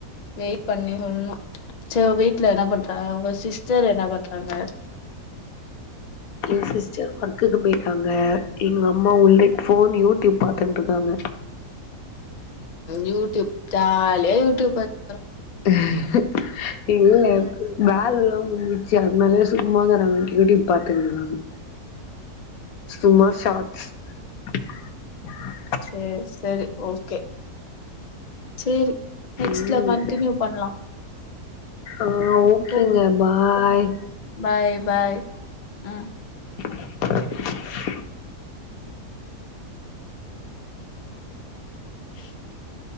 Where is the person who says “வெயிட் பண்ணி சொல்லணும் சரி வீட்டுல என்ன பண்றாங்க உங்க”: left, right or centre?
Left